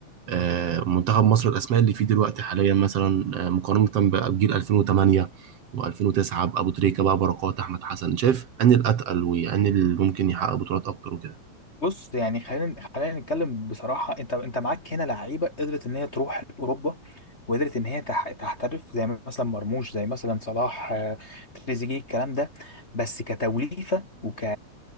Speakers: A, on the right; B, on the left.
A: آه، منتخب مصر الاسماء اللي فيه دلوقتي حاليا مثلا آه، مقارنه بجيل 2008 و2009 ابو تريكه بقى بركات احمد حسن شايف ان الاتقل وان اللي ممكن يحقق بطولات اكتر وكده
B: بص يعني خلينا خلينا نتكلم بصراحه انت انت معاك هنا لعيبه قدرت ان هي تروح اوروبا وقدرت ان هي تح- تحترف زي مثلا مرموش زي مثلا صلاح آه، تريزيجيه الكلام ده بس كتوليفه وك